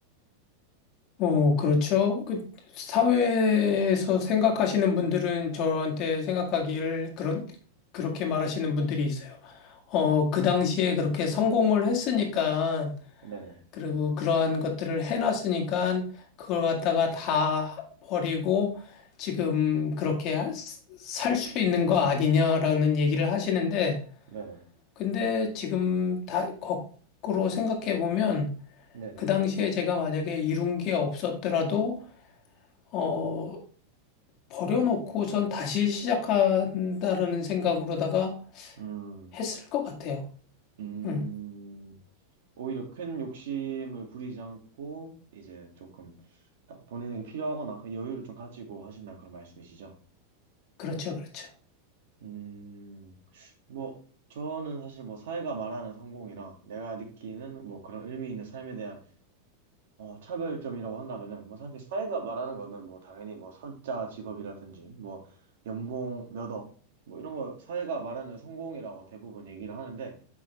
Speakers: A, on the left; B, on the right.
A: 어, 그렇죠. 그 사회에서 생각하시는 분들은 저한테 생각하기를 그런 그렇게 말하시는 분들이 있어요. 어, 그 당시에 그렇게 성공을 했으니까
B: 네네.
A: 그리고 그러한 것들을 해놨으니까 그걸 갖다가 다 버리고 지금 그렇게 살 수 있는 거 아니냐라는 얘기를 하시는데
B: 네네.
A: 근데 지금 다 거꾸로 생각해 보면
B: 네네.
A: 그 당시에 제가 만약에 이룬 게 없었더라도 어, 버려놓고 전 다시 시작한다라는 생각으로다가
B: 음.
A: 했을 것 같아요.
B: 음.
A: 음,
B: 오히려 큰 욕심을 부리지 않고 이제 조금 딱 본인에게 필요하거나 그 여유를 좀 가지고 하신다는 그런 말씀이시죠?
A: 그렇죠, 그렇죠.
B: 음, 뭐 저는 사실 뭐 사회가 말하는 성공이랑 내가 느끼는 뭐 그런 의미 있는 삶에 대한 어, 차별점이라고 한다면은 뭐 사실 사회가 말하는 거는 뭐 당연히 뭐 사자 직업이라든지 뭐 연봉 몇억 뭐 이런 거 사회가 말하는 성공이라고 대부분 얘기를 하는데